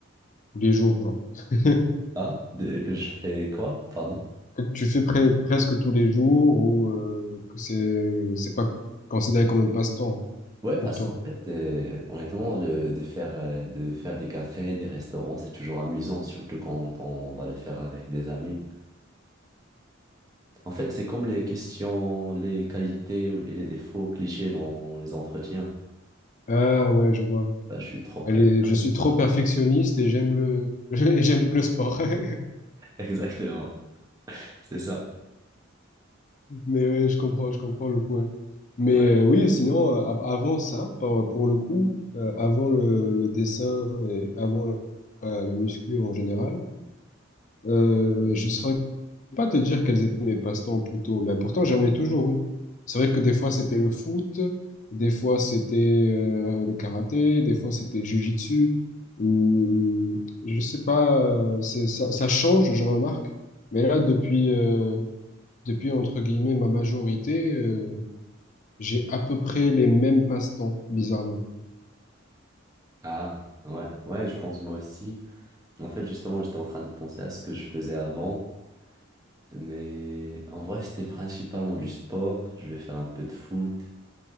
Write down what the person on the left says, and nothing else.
tous les jours, genre. <laughs>
Que tu fais pre- presque tous les jours ou euh, que c'est c'est pas considéré comme un passe-temps
pour toi.
Ah ouais, je vois.
Elle est- je suis trop
perfectionniste et j'aime le <laughs> et j'aime le sport. <laughs>
Mais ouais, je comprends, je comprends le point. Mais
euh, oui, sinon, euh, av- avant ça, pour, pour le coup, euh, avant le, le dessin et avant la, la- la muscu en général, euh, je saurais pas te dire quels étaient mes passe-temps plutôt, mais pourtant j'en ai toujours eu. C'est vrai que des fois c'était le foot, des fois c'était euh, le karaté, des fois c'était le jitsu Hum, je sais pas, euh, c'est, ça, ça change, je remarque. Mais là, depuis, euh, depuis, entre guillemets, ma majorité, euh, j'ai à peu près les mêmes passe-temps, bizarrement.